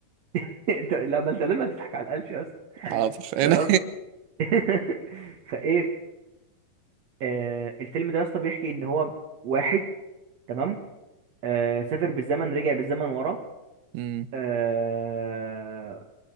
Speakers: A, on the right; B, on the right.
A: <laughs> انت لا ما انت لازم تضحك على القلش يا اسطى
B: <laughs> حاضر هنا
A: تمام <laughs> فايه آه الفيلم ده يا اسطى بيحكي ان هو واحد تمام آه سافر بالزمن رجع بالزمن ورا
B: امم
A: آه